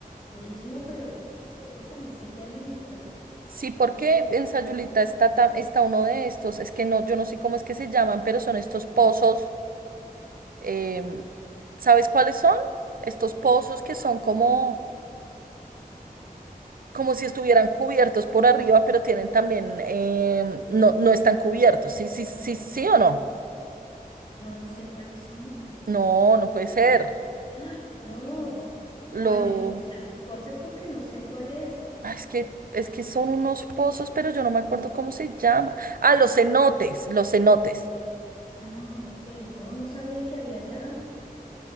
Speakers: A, on the left; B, on the right.
A: turismo, pero creo que también sería lindo.
B: Sí, porque en Sayulita está, ta- está uno de estos, es que no, yo no sé cómo es que se llaman, pero son estos pozos. em, ¿sabes cuáles son? Estos pozos que son como, como si estuvieran cubiertos por arriba, pero tienen también, em, no, no están cubiertos. Sí, sí, sí, sí o no.
A: No, no sé cuáles son.
B: No,
A: Po-
B: no puede ser.
A: ¡Ay! No,
B: Lo,
A: no, ay, me corchas, me corchas porque no sé cuál es.
B: Ah, es que, es que son unos pozos, pero yo no me acuerdo cómo se llama. Ah, los cenotes, los cenotes.
A: Ah, ok, no, no sabía que había ya.